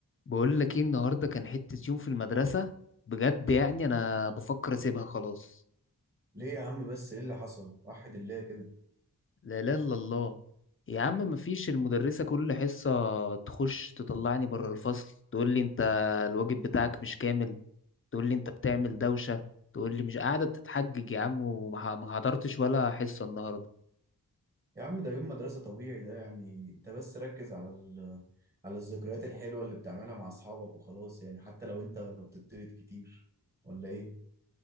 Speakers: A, on the left; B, on the right.
A: بقول لك ايه النهارده كان حتة يوم في المدرسة بجد يعني انا بفكر اسيبها خلاص
B: ليه يا عم بس ايه اللي حصل وحد الله كده
A: لا لا الا الله يا عم مفيش المدرسة كل حصة تخش تطلعني بره الفصل تقول لي انت الواجب بتاعك مش كامل تقول لي انت بتعمل دوشة تقول لي مش قاعدة بتتحجج يا عم وما ح- ما حضرتش ولا حصة النهارده
B: يا عم ده يوم مدرسة طبيعي ده يعني انت بس ركز على ال... على الذكريات الحلوة اللي بتعملها مع اصحابك وخلاص يعني حتى لو انت بتطرد كتير ولا ايه